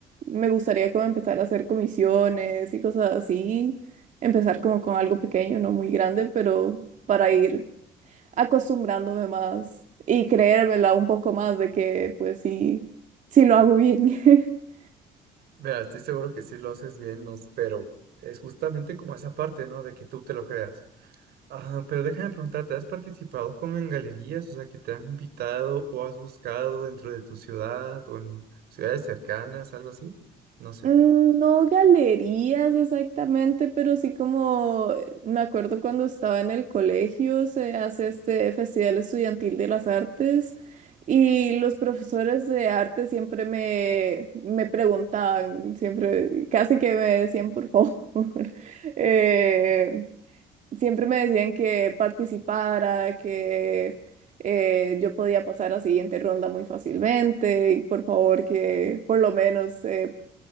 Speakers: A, on the right; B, on the right.
A: me gustaría como empezar a hacer comisiones y cosas así, empezar como con algo pequeño, no muy grande, pero para ir acostumbrándome más y creérmela un poco más de que pues sí, sí lo hago bien. <laughs>
B: Mira, estoy seguro que sí lo haces bien, no, s- pero es justamente como esa parte, ¿no? De que tú te lo creas. Ah, pero déjame preguntarte, ¿has participado como en galerías? O sea, que te han invitado o has buscado dentro de tu ciudad o en ciudades cercanas, algo así. No sé.
A: Mm,
B: O
A: No galerías exactamente, pero sí como eh, me acuerdo cuando estaba en el colegio, se hace este Festival Estudiantil de las Artes y los profesores de arte siempre me, me preguntaban, siempre casi que me decían por favor, <laughs> eh, siempre me decían que participara, que eh, yo podía pasar a siguiente ronda muy fácilmente y por favor que por lo menos eh,